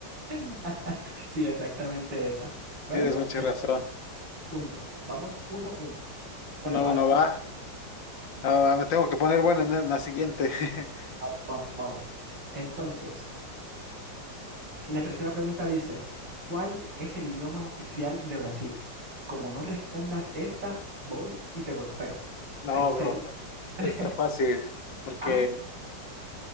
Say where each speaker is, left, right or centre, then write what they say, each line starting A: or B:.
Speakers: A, on the right; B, on the left.
A: <laughs> sí, exactamente esa. Bueno,
B: Tienes mucha
A: pues
B: razón.
A: punto. Vamos uno, uno. Bueno,
B: Uno
A: vas
B: uno
A: uno.
B: va. Ah, me tengo que poner bueno en el- la siguiente.
A: sí,
B: <laughs>
A: sí. Vamos, vamos. vamos. Entonces, la tercera pregunta dice, ¿cuál es el idioma oficial de Brasil? Como no respondas esta, voy y te golpeo.
B: No,
A: En serio.
B: bro.
A: <laughs>
B: Está fácil. Porque.
A: a